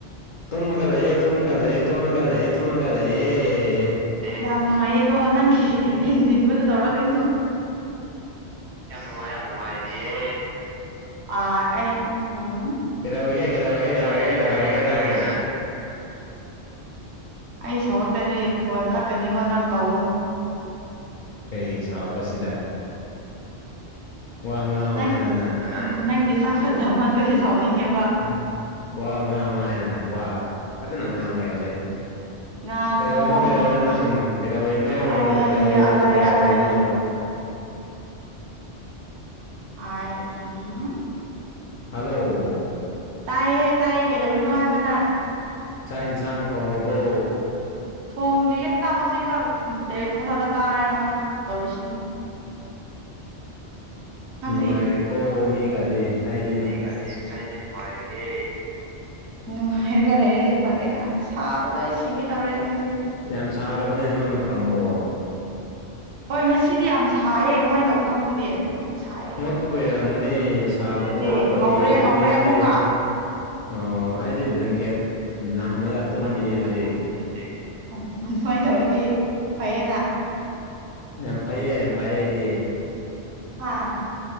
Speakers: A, on the left; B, on the right.
A: ꯇꯨꯝꯃꯒ ꯂꯩꯌꯦ ꯇꯨꯝꯃꯒ ꯂꯩꯌꯦ ꯇꯨꯝꯃꯒ ꯂꯩꯌꯦ ꯇꯨꯝꯃꯒ ꯂꯩꯌꯦ꯫
B: ꯌꯥꯥꯝ ꯅꯨꯡꯉꯥꯏ ꯌꯦꯀꯣ ꯅꯪꯒꯤ
A: ꯑꯦ
B: ꯍꯦꯟꯖꯤꯟꯕꯗꯣ ꯇꯧꯔꯛꯀꯅꯨ ꯌꯥꯝ ꯅꯨꯡꯉꯥꯏ ꯌꯥꯝ ꯅꯨꯡꯉꯥꯏꯔꯤꯌꯦ꯫ ꯑ ꯑꯩ ꯎꯝ꯫
A: ꯀꯩꯗꯧꯔꯤꯒꯦ ꯀꯩꯗꯧꯔꯤꯒꯦ
B: ꯀꯩꯗꯧꯔꯒꯦ
A: ꯀꯩꯗꯧꯔꯤꯒꯦ
B: ꯀꯩꯗꯧꯔꯒꯦ
A: ꯀꯩꯗꯧꯔꯤꯒꯦ
B: ꯀꯩꯗꯧꯔꯒꯦ
A: ꯅꯪ꯫
B: ꯑꯩ ꯁꯥꯎꯔꯛꯇꯗꯤ ꯐꯣꯟ ꯀꯛꯀꯅꯤꯀꯣ ꯅꯪ ꯇꯧꯒꯅꯨ꯫
A: ꯀꯩꯒꯤ ꯁꯥꯎꯕꯁꯤꯗ꯫ ꯋꯥ ꯉꯥꯡꯉꯨ
B: ꯅꯪ
A: ꯍꯥꯏꯅ
B: ꯅꯪꯒꯤ ꯁꯛ ꯐꯖꯃꯟꯕꯒꯤ ꯁꯥꯎꯅꯤꯡꯉꯤꯕ꯫
A: ꯎꯝ ꯋꯥ ꯉꯥꯡꯉꯣ ꯍꯥꯏꯗꯅ ꯋꯥ ꯐꯖꯅ ꯉꯥꯡꯉꯦꯕ ꯍꯧꯖꯤꯛ꯫
B: ꯉꯥꯡꯉꯣ
A: ꯀꯩꯗꯧꯔꯤꯅꯣ ꯀꯩꯗꯧꯔꯤꯅꯣ
B: ꯉꯥꯡꯉꯣ
A: ꯅꯪ ꯀꯩꯗꯧꯔꯤꯅꯣ
B: ꯑꯂꯥꯏ
A: ꯀꯩꯗꯧꯔꯤꯅꯣ
B: ꯑꯂꯥꯏ
A: ꯀꯩꯗꯧꯔꯤꯅꯣ
B: ꯑꯂꯥꯏ ꯑꯥꯏ ꯎꯝ
A: ꯍꯜꯂꯣ
B: ꯇꯥꯏꯌꯦ ꯇꯥꯏꯌꯦ ꯀꯩꯗꯧꯔꯤꯅꯣ ꯍꯥꯏꯕ ꯅꯪ
A: ꯆꯥꯛ ꯏꯟꯁꯥꯡ ꯊꯣꯡꯉꯕꯣ
B: ꯊꯣꯡꯗ꯭ꯔꯤꯌꯦꯗ ꯍꯧꯖꯤꯛꯈꯛ ꯇꯦꯔꯦꯁ ꯃꯊꯛꯇ ꯀꯥꯔꯦ ꯅꯪꯉꯣꯟꯗ ꯇꯧꯔꯤꯁꯤꯅꯤ ꯅꯪꯗꯤ
A: ꯅꯨꯡꯉꯥꯏꯔꯤ ꯀꯣ ꯃꯤ ꯀꯗꯤ ꯍꯥꯏꯗ
B: ꯃꯤꯒꯗꯤ ꯍꯥꯏꯗꯤ ꯅꯨꯡꯉꯥꯏꯔꯤꯌꯦ ꯅꯨꯡꯉꯥꯏꯔꯒ ꯂꯩꯔꯗꯤ ꯐꯔꯦꯅ ꯁꯥꯕꯗꯣ ꯑꯩ ꯁꯤꯒꯦ ꯇꯧꯔꯦꯗ ꯉꯁꯤꯗꯤ
A: ꯌꯥꯝ ꯁꯥꯔꯕꯅꯦ ꯅꯣꯏꯅ ꯐꯝꯕꯣ
B: ꯍꯣꯏ ꯉꯁꯤꯗꯤ ꯌꯥꯝ ꯁꯥꯏꯌꯦ ꯀꯃꯥꯏꯅ ꯇꯧꯕꯅꯣ ꯈꯪꯗꯦ ꯑꯗꯨꯝ ꯁꯥꯏꯌꯦ
A: ꯇꯨꯝꯕꯩ ꯑꯣꯏꯔꯝꯒꯅꯤ ꯁꯥꯕꯗꯣ
B: ꯁꯤ
A: ꯑꯩꯈꯣꯏꯗꯤ
B: ꯍꯧꯔꯦ
A: ꯌꯥꯝ ꯏꯪꯉꯦ
B: ꯍꯧꯔꯦ
A: ꯍꯥꯏꯌꯦ
B: ꯑꯃꯨꯛꯀ
A: ꯑꯣꯑꯣ ꯍꯥꯏꯗꯤ ꯕ꯭ꯂꯦꯡꯀꯦꯠ ꯂꯪꯉꯒ ꯇꯨꯝꯃꯤꯌꯦ
B: ꯂꯪꯉꯒ
A: ꯍꯧꯖꯤꯛ
B: ꯇꯨꯝꯃꯤꯌꯦ ꯍꯧꯖꯤꯛ ꯎꯪ ꯑꯗꯨꯃꯥꯏꯅ ꯇꯧꯔꯗꯤ ꯐꯩꯌꯦꯅ
A: ꯌꯥꯝ ꯐꯩꯌꯦ ꯌꯥꯝ ꯐꯩꯌꯦ ꯑꯩꯗꯤ
B: ꯍꯥ